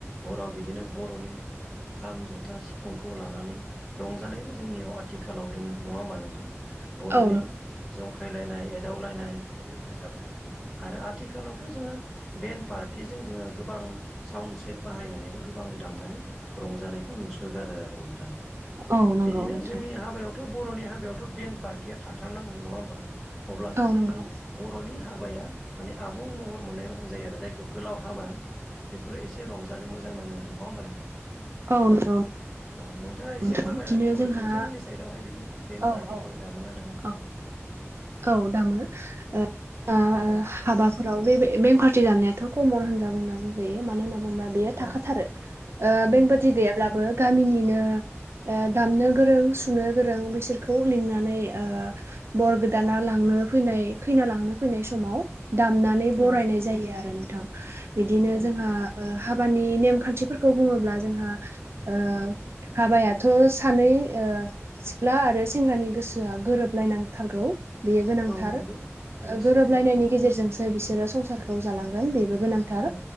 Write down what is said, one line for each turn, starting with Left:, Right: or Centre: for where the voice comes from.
Centre: हराव बिदिनो बर'नि खाम जथा सिफुंखौ लानानै रंजानायबो जोंनियाव आथिखालाव दोङो नङा होमबा नोंथां बर'नि
Right: औ
Centre: जंखायलायनाय एदावलायनाय बिदिनो रोजाबनाय आरो आथिखालावथ जोङो बेन पार्टिजों जोङो गोबां साउड सेट बाहायनानैबो गोबां दामनानै रंजानायखौ नुसोगारो आरो नोंथां
Right: औ नंगौ
Centre: बिदिनो
Right: नोंथां
Centre: जोंनि हाबायाव थ बर'नि हाबायावथ बेन पार्टिया थाथारनांगोन नङा होमबा अब्लासो
Right: औ नंगौ
Centre: जोंनि बर'नि हाबाया माने आबुं महर मोननाय रखम जायो आरो जायखौ गोलाव हाबा बेफोरो एसे रंजानो मोजां नाङो आरो नङा होमबा नोंथां
Right: औ नंगौ
Centre: औ नोंथाङा
Right: नोंथां
Centre: एसे फोरमायनानै
Right: बिदिनो
Centre: बावदो
Right: जोंहा
Centre: नोंथांमोननि साइडआवहाय बिदि दन
Right: औ
Centre: पार्टिखौ
Right: औ
Centre: दामोना दामा
Right: औ औ दामो ओ
Centre: औ
Right: हाबा फोराव बे बें कार्टि दामनायाथ' कमन होनना बुंनां जायो मानो होनना बुंङोब्ला बेयो
Centre: औ
Right: थाखाथारो ओ बेंपारति
Centre: औ
Right: गैयाब्लाबो गामिनिनो ओ दामनो गोरों सुनो गोरों बिसोरखौ लिंनानै ओ बरगोद गोदाना लांनो फैनाय खैना लांनो फैनाय समाव दामनानै बरायनाय
Centre: औ
Right: जायो आरो नोंथां बिदिनो
Centre: औ
Right: जोंहा ओ हाबानि नेम खान्थिफोरखौ बुङोब्ला जोंहा ओ हाबायाथ सानै ओ सिख्ला आरो सेंग्रानि गोसोआ गोरोबलायनांथारगौ बेयो गोनांथार
Centre: औ नंगौ
Right: ओ
Centre: बे
Right: गोरोबलायनायनि
Centre: सैथो
Right: गेजेरजोंसो बिसोरो संसारखौ जालांगोन बेबो गोनांथार
Centre: औ